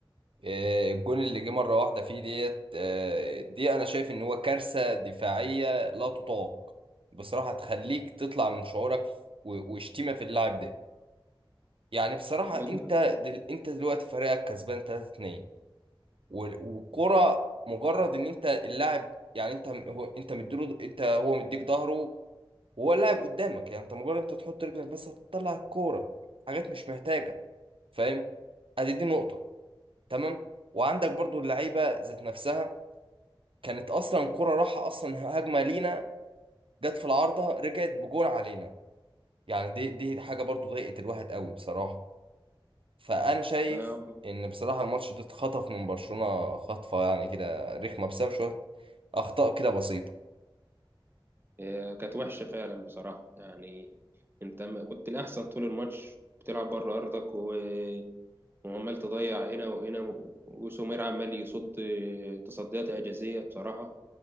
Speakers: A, on the right (about 75°); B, on the right (about 25°).
A: آه، الجون اللي جه مرة واحدة فيه ديت آه، دي أنا شايف إن هو كارثة دفاعية لا تطاق بصراحة تخليك تطلع من شعورك و- وشتيمة في اللاعب ده يعني بصراحة
B: والله
A: أنت دل... أنت دلوقتي فريقك كسبان 3-2 وال- والكرة مجرد إن أنت اللاعب يعني أنت هو أنت مديله أنت هو مديك ظهره وهو اللاعب قدامك يعني أنت مجرد أنت تحط رجلك بس هتطلع الكورة حاجات مش محتاجة فاهم؟ أدي دي نقطة تمام وعندك برضو اللعيبة ذات نفسها كانت اصلا كرة راحة اصلا هجمة لينا جت في العارضة رجعت بجون علينا يعني دي دي حاجة برضو ضايقت الواحد قوي بصراحة فانا شايف
B: آه،
A: ان بصراحة الماتش ده اتخطف من برشلونة خطفة يعني كده رخمة بسبب شوية اخطاء كده بسيطة
B: آه، كانت وحشة فعلا بصراحة يعني انت م- كنت الأحسن طول الماتش بتلعب بره أرضك و... وعمال تضيع هنا وهنا و- وسومير عمال يصد آه، تصديات إعجازية بصراحة